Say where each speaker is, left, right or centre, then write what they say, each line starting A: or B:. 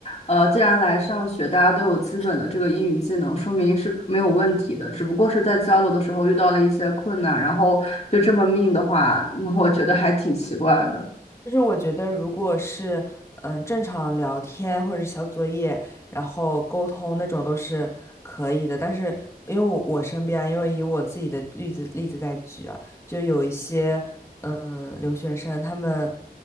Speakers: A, on the left; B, on the left.
A: 呃，既然来上学，大家都有基本的这个英语技能，说明是没有问题的。只不过是在交流的时候遇到了一些困难，然后就这么命的话，<laughs> 那我觉得还挺奇怪的。
B: 就是我觉得，如果是嗯正常聊天或者是小作业，然后沟通那种都是可以的。但是因为我我身边啊因为以我自己的例子例子在举啊，就有一些嗯留学生，他们